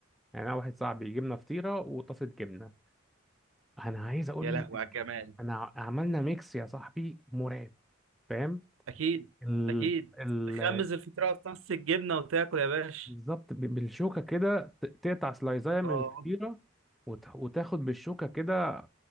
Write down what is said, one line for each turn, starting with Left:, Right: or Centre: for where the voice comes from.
Centre: يعني انا واحد صاحبي جبنا فطيره وطاسه جبنه انا عايز اقول
Right: يا لهوي
Centre: لك
Right: على الجمال
Centre: انا عملنا ميكس يا صاحبي مرعب فاهم
Right: اكيد
Centre: ال...
Right: اكيد
Centre: ال...
Right: تخمز الفطيره في طاسه الجبنه وتاكل يا باشا
Centre: بالظبط ب- بالشوكة كده ت- تقطع سلايزاية من
Right: اه
Centre: الفطيرة
Right: انت
Centre: وت... وتاخد بالشوكة كده